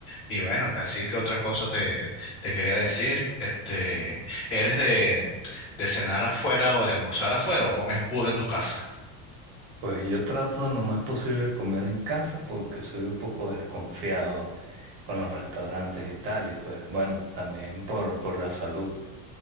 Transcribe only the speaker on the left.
Y bueno, así que otra cosa te, te quería decir, este, ¿eres de, de cenar afuera o de almorzar afuera o comes puro en tu casa?